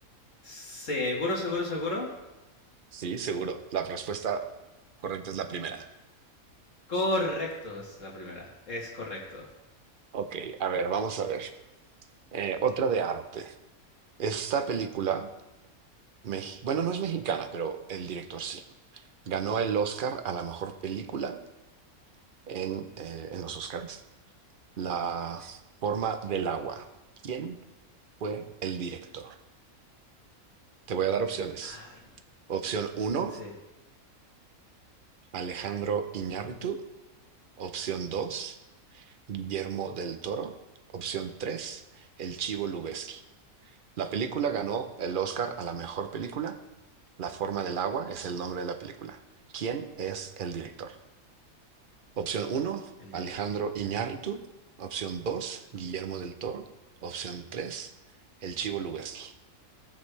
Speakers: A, on the left (about 60°); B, on the right (about 45°).
A: Seguro, seguro, seguro.
B: Sí, seguro. La respuesta correcta es la primera.
A: Correcto, es la primera. Es correcto.
B: Ok, a ver, vamos a ver. Eh, otra de arte. Esta película, mex- bueno, no es mexicana, pero el director sí. Ganó el Oscar a la mejor película en, eh, en los Oscars. La forma del agua. ¿Quién fue el director? Te voy a dar opciones.
A: Ay,
B: Opción uno,
A: sí,
B: Alejandro Iñárritu. Opción 2, Guillermo del Toro. Opción 3, El Chivo Lubeski. La película ganó el Oscar a la mejor película. La forma del agua es el nombre de la película. ¿Quién es el director? Opción uno,
A: el
B: Alejandro
A: directo.
B: Iñárritu. Opción 2, Guillermo del Toro. Opción 3, El Chivo Lubeski.